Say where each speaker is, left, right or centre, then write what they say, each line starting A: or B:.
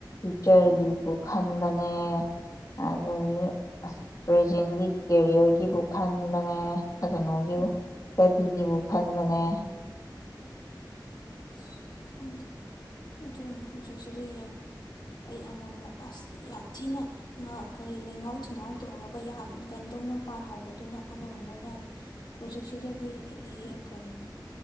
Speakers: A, on the left; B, on the left.
A: ꯆꯔꯂꯤꯕꯨ
B: ꯎꯝ ꯎꯝ
A: ꯈꯟ ꯕꯅꯦ ꯑꯗꯒꯤ ꯑ ꯄ꯭ꯔꯖꯦꯟꯒꯤ ꯀꯦꯔꯤꯌꯔꯒꯤꯕꯨ ꯈꯟꯕꯅꯦ ꯀꯗꯅꯒꯦꯕ
B: ꯎꯝ
A: ꯤꯒꯤꯕꯨ ꯈꯟꯕꯅꯦ
B: ꯑꯁ ꯈꯪꯗꯦ ꯑꯗꯨꯅꯤ ꯍꯧꯖꯤꯛꯁꯤꯗ ꯌꯦꯡꯉ ꯑꯩ ꯑꯃꯃꯨꯛ ꯑꯁ ꯌꯥꯝ ꯊꯤꯅ ꯀꯔꯤ ꯂꯩꯉꯥꯎ ꯊꯤꯡꯉꯥꯎ ꯇꯧꯔꯒ ꯌꯥꯝ ꯀꯩꯅꯣ ꯇꯧꯅ ꯄꯥꯟꯍꯧꯕꯗꯨꯅ ꯑꯃꯔꯣꯝꯗ ꯐꯔꯦ ꯎꯆ ꯎꯆꯦꯛꯁꯤꯗꯗꯤ ꯀ ꯀꯔꯤꯅ